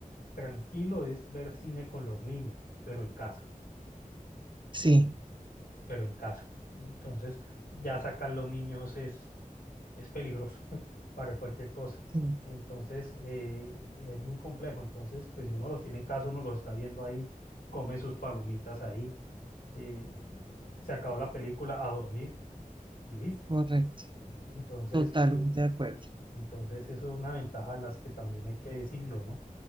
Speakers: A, on the left; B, on the right.
A: tranquilo es ver cine con los niños, pero en casa,
B: Sí,
A: pero en casa. Entonces ya sacar los niños es, es peligroso <laughs> para cualquier cosa.
B: sí,
A: Entonces eh, es muy complejo. Entonces pues si uno los tiene en casa, uno los está viendo ahí, comen sus palomitas ahí eh, se acabó la película a dormir y listo.
B: correcto,
A: Entonces,
B: totalmente
A: eh,
B: de acuerdo.
A: entonces eso es una ventaja de las que también hay que decirlo, ¿no?